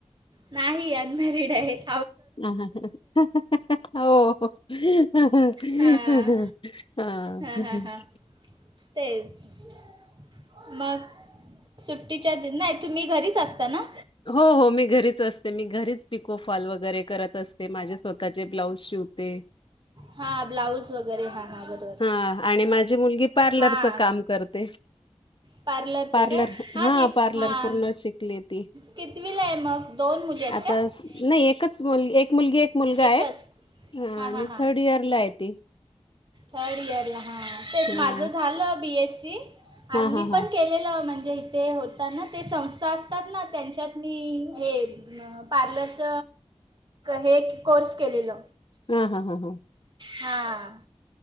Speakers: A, on the right; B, on the left.
A: नाही अनमॅरिड हाय.
B: हो. हा.
A: हां,
B: <inaudible>
A: हां, हां, हां. तेच मग सुट्टीच्या दि नाही तुम्ही घरीच असता ना?
B: हो हो मी घरीच असते. मी घरीच पिकोफॉल वगैरे करत असते. माझे स्वतःचे ब्लाउज शिवते.
A: हा ब्लाऊज वगैरे हा हा बर.
B: हा आणि माझी मुलगी पार्लरच
A: हां.
B: काम करते.
A: पार्लरचं
B: पार्लर,
A: काय हां
B: हा
A: मी
B: पार्लर
A: हां
B: पूर्ण शिकलिये ती.
A: कितवीला आहे मग दोन मुली आहेत
B: आता
A: का
B: स नाही, एकच मुल एक मुलगी, एक मुलगा
A: एकच
B: हाय. हा
A: हां
B: आणि
A: हां हां
B: थर्ड इयर ला हाय ती.
A: थर्ड इयरला हां. तेच
B: हा
A: माझं झालं बी एस सी.
B: हा
A: आर मी
B: हा हा
A: पण केलेलं म्हणजे इ ते होता ना ते संस्था असतात ना, त्यांच्यात मी हे अ पार्लरच हे कोर्स केललो.
B: हा हा हा हा.
A: हां.